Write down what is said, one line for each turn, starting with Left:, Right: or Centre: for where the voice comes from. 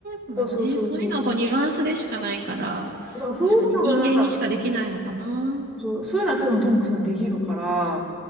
Right: まあね、
Centre: そうそうそうそう。
Right: そういうのはこうニュアンスでしかないから、
Centre: だからそういうのが、
Right: 確かに人間にしかできないのかな。
Centre: そう、そういうのは多分ともこさんできるから、